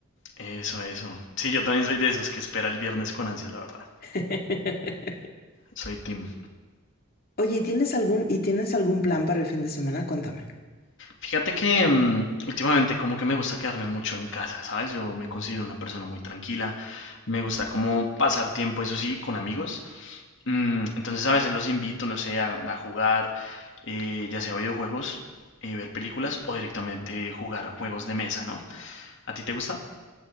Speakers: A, on the left; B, on the left.
A: Eso, eso. Sí, yo también soy de esos que espera el viernes con ansias, la verdad.
B: <laughs>
A: Soy team.
B: Oye, ¿y tienes algún, y tienes algún plan para el fin de semana? Cuéntame.
A: Fíjate que mm, últimamente como que me gusta quedarme mucho en casa, ¿sabes? Yo me considero una persona muy tranquila. Me gusta como pasar tiempo, eso sí, con amigos. Mm, entonces a veces los invito, no sé, a, a jugar, eh, ya sea videojuegos, eh, ver películas o directamente jugar juegos de mesa, ¿no? ¿A ti te gusta?